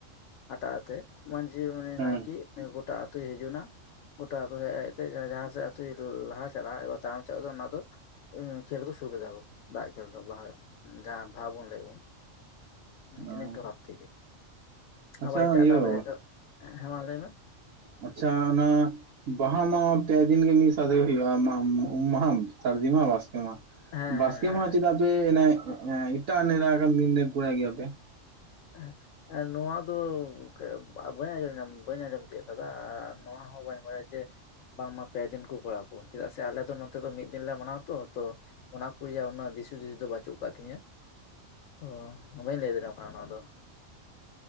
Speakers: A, on the left; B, on the right.
A: ᱦᱟᱴᱟᱜ ᱟᱛᱮᱜ ᱢᱟᱺᱡᱷᱤ ᱩᱱᱤ
B: ᱦᱮᱸ
A: ᱱᱟᱭᱠᱮ ᱱᱩᱭ ᱜᱚᱴᱟ ᱟᱹᱛᱩᱭ ᱦᱤᱡᱩᱱᱟ᱾ ᱜᱚᱴᱟ ᱟᱹᱛᱩ ᱦᱮᱡ ᱦᱮᱡ ᱛᱮ ᱡᱟᱦᱟᱸ ᱥᱮᱫ ᱟᱹᱛᱩᱭ ᱞᱟᱦᱟ ᱪᱟᱞᱟᱜ-ᱟ, ᱮᱵᱟᱨ ᱛᱟᱭᱚᱢ ᱥᱮᱫ ᱟᱫᱚ ᱚᱱᱟ ᱫᱚᱼᱼ ᱠᱷᱮᱞ ᱠᱚ ᱥᱩᱨᱩ ᱠᱮᱫᱟ ᱠᱚ ᱫᱟᱜ ᱮᱛᱚᱦᱚᱵ ᱞᱟᱦᱟ ᱡᱟᱦᱟᱸ ᱵᱟᱦᱟ ᱵᱚᱱ ᱞᱟᱹᱭᱟ ᱵᱚᱱ᱾ ᱮᱱᱮᱡ
B: ᱚ
A: ᱫᱚ ᱞᱟᱹᱜᱤᱛᱤ ᱜᱮ
B: ᱟᱪᱪᱷᱟ
A: ᱟᱵᱟᱨ ᱮᱴᱟᱜ
B: ᱤᱭᱟᱹ
A: ᱮᱴᱟᱜ ᱡᱟᱭᱜᱟ, ᱦᱮᱸ ᱢᱟ ᱞᱟᱹᱭ ᱢᱮᱼᱼ
B: ᱟᱪᱪᱷᱟ ᱚᱱᱟᱼᱼ ᱵᱟᱦᱟ ᱢᱟ ᱯᱮ ᱫᱤᱱ ᱜᱮ ᱢᱤᱫ ᱥᱟᱶ ᱛᱮ ᱜᱮ ᱦᱩᱭᱩᱜ-ᱟ, ᱩᱢ ᱢᱟᱦᱟ, ᱥᱟᱹᱨᱫᱤ ᱢᱟᱦᱟ, ᱵᱟᱥᱠᱮ ᱢᱟᱦᱟ᱾
A: ᱦᱮᱸ
B: ᱵᱟᱥᱠᱮ ᱢᱟᱦᱟ ᱪᱮᱫᱟᱜ ᱟᱯᱮ ᱚᱱᱮ ᱮᱴᱟᱜ ᱱᱮᱲᱟ ᱟᱠᱟᱱ ᱫᱤᱱ ᱨᱮ ᱠᱚᱨᱟᱣ ᱜᱮᱭᱟ ᱯᱮ?
A: <unintelligible> ᱱᱚᱣᱟ ᱫᱚ ᱜᱚᱢᱠᱮ ᱵᱟᱹᱧ ᱟᱸᱡᱚᱢ ᱵᱟᱹᱧ ᱟᱸᱡᱚᱢ ᱛᱤᱭᱩᱜ ᱟᱠᱟᱫᱟ ᱟᱨ ᱱᱚᱣᱟ ᱦᱚᱸ ᱵᱟᱹᱧ ᱵᱟᱲᱟᱭᱟ ᱡᱮᱼᱼ ᱵᱟᱝᱢᱟ ᱯᱮ ᱫᱤᱱ ᱠᱚ ᱠᱚᱨᱣᱟ ᱠᱚ, ᱪᱮᱫᱟᱜ ᱥᱮ ᱟᱞᱮ ᱫᱚ ᱱᱚᱛᱮ ᱫᱚ ᱢᱤᱫ ᱫᱤᱱ ᱞᱮ ᱢᱟᱱᱟᱣᱟ ᱛᱚ ᱛᱚᱼᱼ ᱚᱱᱟ ᱠᱚ ᱨᱮᱭᱟᱜ ᱩᱱᱟᱹᱜ ᱫᱤᱥ ᱦᱩᱫᱤᱥ ᱫᱚ ᱵᱟᱹᱪᱩᱜ ᱟᱠᱟᱫ ᱛᱤᱧᱟᱹ, ᱛᱚ ᱵᱟᱹᱧ ᱞᱟᱹᱭ ᱫᱟᱲᱮᱭᱟᱢ ᱠᱟᱱᱟ ᱚᱱᱟ ᱫᱚᱼᱼ